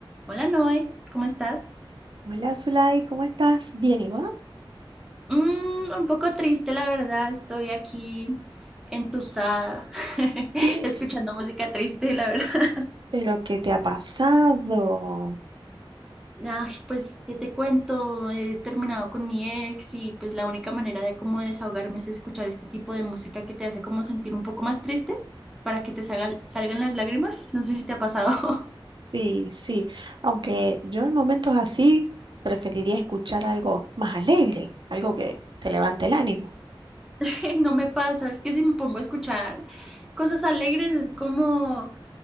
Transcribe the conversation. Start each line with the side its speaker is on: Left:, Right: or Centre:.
Centre: Hola Noé, ¿cómo estás?
Right: Hola, Zulay, ¿cómo estás? Bien, ¿y vos?
Centre: Mm, un poco triste, la verdad. Estoy aquí entusada, <laughs>
Right: ¿Qué?
Centre: escuchando música triste, la verdad.
Right: ¿Pero qué te ha pasado?
Centre: Ay, pues, ¿qué te cuento? He terminado con mi ex y pues la única manera de cómo desahogarme es escuchar este tipo de música que te hace como sentir un poco más triste para que te salga- salgan las lágrimas. No sé si te ha pasado.
Right: Sí, sí, aunque yo en momentos así preferiría escuchar algo más alegre, algo que te levante el ánimo.
Centre: <laughs> No me pasa, es que si me pongo a escuchar cosas alegres es como